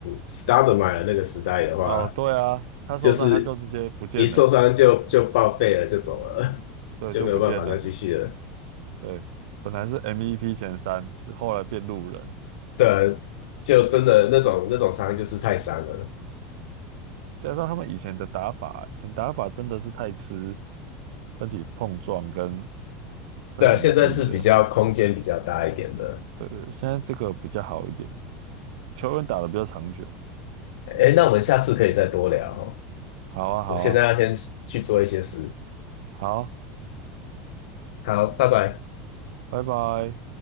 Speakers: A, on the left (about 80°); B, on the right (about 70°).
A: Stoudemire 那个时代的话，
B: 哦，对啊，他受伤他就直接不见了，
A: 就是一受伤就就报废了，就走了，
B: 对，
A: 就没有办法再继续了。
B: 就不见了。对，本来是 MVP 前三，之后来变路人。
A: 对啊就真的那种那种伤就是太伤了。
B: 加上他们以前的打法，以前打法真的是太吃身体碰撞跟身体能力了。
A: 对啊现在是比较空间比较大一点的。
B: 对，现在这个比较好一点，球员打的比较长久。
A: 哎，那我们下次可以再多聊哦。
B: 好啊，好啊，
A: 我现在要先去做一些事。
B: 好，
A: 好，拜拜。
B: 拜拜。